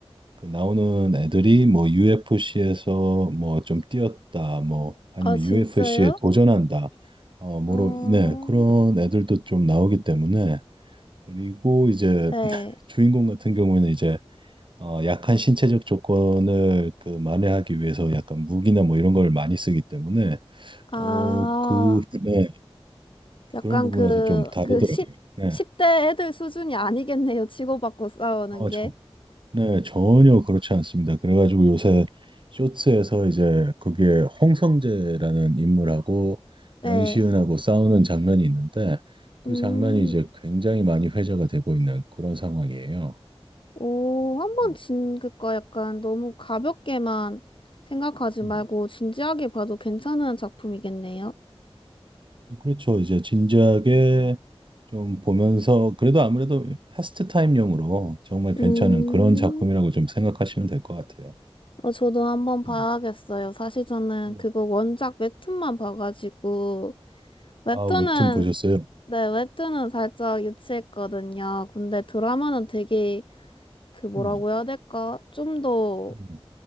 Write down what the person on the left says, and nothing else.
아 진짜요?
아,
네.
아.
약간
그,
그 10,
대 애들 수준이 아니겠네요. 치고받고 싸우는
게.
네.
음,
오, 한번
진, 그니까 약간 너무 가볍게만 생각하지
말고 진지하게 봐도 괜찮은 작품이겠네요.
음,
어, 저도 한번 봐야겠어요.
사실 저는
그거 원작 웹툰만 봐가지고, 웹툰은,
네, 웹툰은 살짝 유치했거든요. 근데 드라마는 되게, 그 뭐라고
해야 될까? 좀더